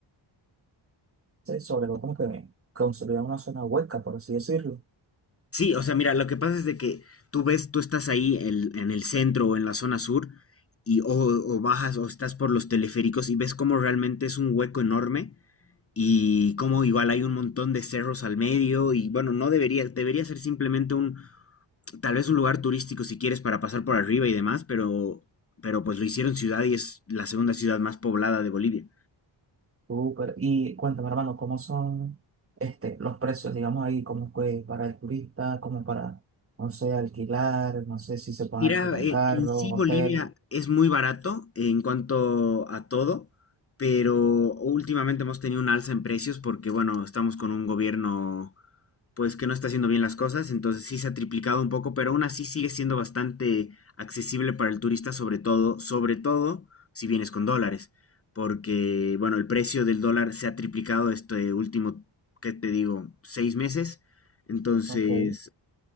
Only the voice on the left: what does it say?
Sí, o sea, mira, lo que pasa es de que tú ves, tú estás ahí en, en el centro o en la zona sur y o, o bajas o estás por los teleféricos y ves cómo realmente es un hueco enorme y cómo igual hay un montón de cerros al medio y bueno, no debería, debería ser simplemente un, tal vez un lugar turístico si quieres para pasar por arriba y demás, pero, pero pues lo hicieron ciudad y es la segunda ciudad más poblada de Bolivia.
Mira,
e-
en sí
Bolivia es muy barato en cuanto a todo, pero últimamente hemos tenido un alza en precios porque, bueno, estamos con un gobierno pues que no está haciendo bien las cosas, entonces sí se ha triplicado un poco, pero aún así sigue siendo bastante accesible para el turista, sobre todo, sobre todo si vienes con dólares, porque, bueno, el precio del dólar se ha triplicado este último, ¿qué te digo?, seis meses. Entonces,